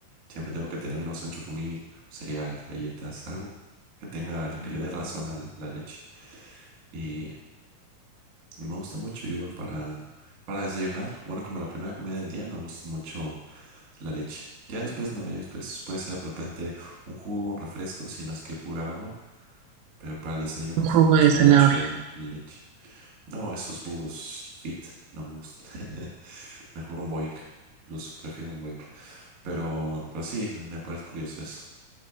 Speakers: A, on the right (about 40°); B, on the right (about 85°).
A: Siempre tengo que tener unos 8 mil, cereal, galletas, algo que tenga, que le dé razón a la leche. Y, y me gusta mucho igual para, para desayunar. Bueno, como la primera comida del día me gusta mucho la leche. Ya después no, ya después puede ser de repente un jugo, un refresco, si no es que pura agua. Pero para el desayuno
B: Un jugo
A: sí me gusta
B: de zanahoria.
A: mucho la leche. No, esos jugos fit no me gustan. <laughs> Mejor un Boing. Incluso prefiero un Boing. Pero, pero sí, me me parece curioso eso.